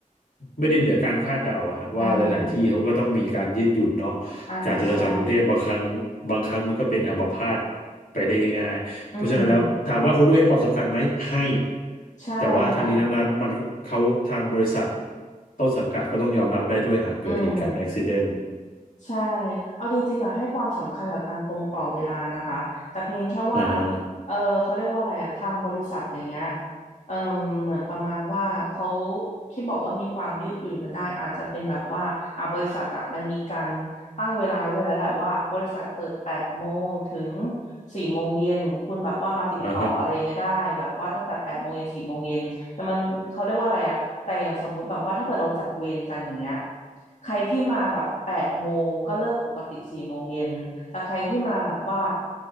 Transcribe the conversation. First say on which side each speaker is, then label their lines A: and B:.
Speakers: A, on the left (about 85°); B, on the left (about 60°).
A: ไม่ได้เหนือการคาดเดาอะฮะว่าหลายๆที่เขาก็ต้องมีการยืดหยุ่นเนาะ
B: อ่าอ่าใช่
A: การจราจรกรุงเทพบางครั้งบางครั้งมันก็เป็นอัมพาตไปได้ง่าย
B: อืม
A: เพราะฉะนั้นแล้วถามว่าคุณด้วยให้ความสำคัญไหมให้
B: ใช่ค่ะ
A: แต่ว่าทางนี้ทางนั้นมันเขาทางบริษัทต้นสังกัดก็ต้องยอมรับได้ด้วยหากเกิดเหตุการณ์อุบัติเหตุ
B: อืม ใช่ เอาจริงๆอ่ะให้ความสำคัญกับการตรงต่อเวลานะคะ แต่เพียงแค่ว่า
A: อ่า
B: เออเขาเรียกว่าอะไรอ่ะทางบริษัทอย่างเงี้ยเออเหมือนประมาณว่าเขาที่บอกว่ามีความยืดหยุ่นกันได้อาจจะเป็นแบบว่าอ่ะบริษัทอ่ะมันมีการตั้งเวลาไว้ด้วยแล้วแหละว่าบริษัทเปิดแปดโมงถึงสี่โมงเย็นคุณแบบว่ามาติดต่ออะไรอย่างเงี้ยได้แบบว่าตั้งแต่แปดโมงเย็นสี่โมงเย็น
A: อ่าฮะ
B: แต่มันเขาเรียกว่าอะไรอะแต่อย่างสมมุติแบบว่าถ้าเกิดเราจัดเวรกันอย่างเงี้ยใครที่มาแบบแปดโมงก็เลิกปกติสี่โมงเย็นแต่ใครที่มาแบบว่า